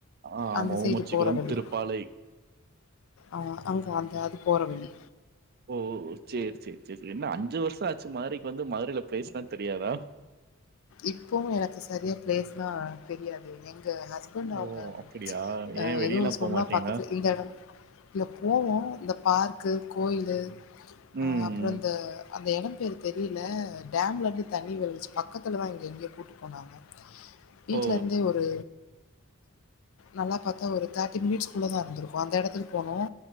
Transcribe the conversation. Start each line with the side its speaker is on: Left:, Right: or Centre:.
Right: ஆ
Left: அந்த
Right: ஆமா.
Left: சைட்
Right: ஓமச்சுக்குளம்,
Left: போற வழி
Right: திருப்பாலை.
Left: அ அங்க அந்த அது போற வழி
Right: ஓ சேர் சேர் செரி என்ன அஞ்சு வர்ஷ ஆச்சு மதுரைக் வந்து மதுரைல பேஸ்லா தெர்யாதா
Left: இப்பவு எனக் சரியா பிளேஸ்லா தெரியாது எங்க ஹஸ்பண்ட்
Right: ஓ
Left: அவ்ங்க
Right: அப்டியா
Left: அ
Right: ஏ வெளியலா
Left: எதுவு
Right: போ
Left: சொன்னா
Right: மாட்டீங்களா
Left: பக்கத்ல இந்த எடம் இங்க போவோ இந்த பார்க்கு கோயிலு
Right: ம்
Left: அ அப்றோ ந்த அந்த எடம் பேர் தெரில டேம்லேருந்து தண்ணி விழுச் பக் பக்கத்துல தா இங்க எங்யோ கூட் போனாங்க வீட்லருந்து
Right: ஓ
Left: ஒரு நல்லா பாத்தா ஒரு தேர்ட்டி மினிட்ஸ் குள்ளதா இருந்ருக் அந்த எடத்துக்கு போனோ